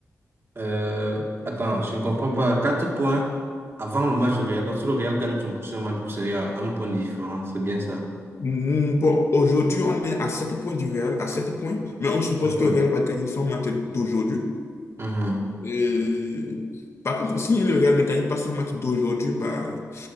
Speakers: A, on the right; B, on the left.
A: Euh, attends, je ne comprends pas. 4 points avant le match du Real. Donc, si le Real gagne son prochain match, vous serez à un point de différence. C'est bien ça.
B: Mm, Bon, aujourd'hui, on est à 7 points du Real, à 7 points, mais on suppose
A: D'accord.
B: que le Real va gagner son match d'aujourd'hui.
A: Mhm.
B: Et par contre, si le Real ne gagne pas son match d'aujourd'hui, bah,